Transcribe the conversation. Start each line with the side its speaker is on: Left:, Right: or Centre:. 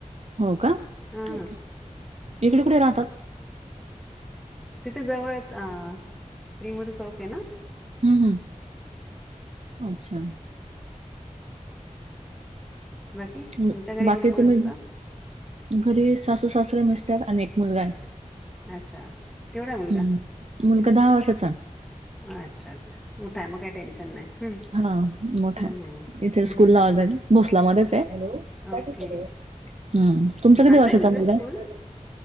Right: हो का
Centre: हा
Right: इकडे कुठे राहतात.
Centre: तिथे जवळच अ त्रिमुरी चौक आहे ना
Right: हम्म हम्म अच्छा
Centre: बाकी
Right: मग
Centre: तुमच्या घरी
Right: बाकी
Centre: कोण कोण
Right: तुम्ही
Centre: असत.
Right: घरी सासू, सासरे, मिस्टर अन एक मुलगा आहे.
Centre: अच्छा केवढा मुलगा
Right: हं. मुलगा वर्षाचा?
Centre: <inaudible> अच्छा अच्छा कुठाय मग काय टेन्शन नाही हं,
Right: हा मोठाय
Centre: हं, हं.
Right: इथे
Centre: हं,
Right: स्कूल
Centre: हं,
Right: ला <unintelligible> भोसलामध्येच आहे
Centre: हं. ओके
Right: - हम् तुमचा
Centre: चांगलं
Right: कधी वर्षाचा
Centre: आहेत ना ते
Right: मुलगा
Centre: स्कूल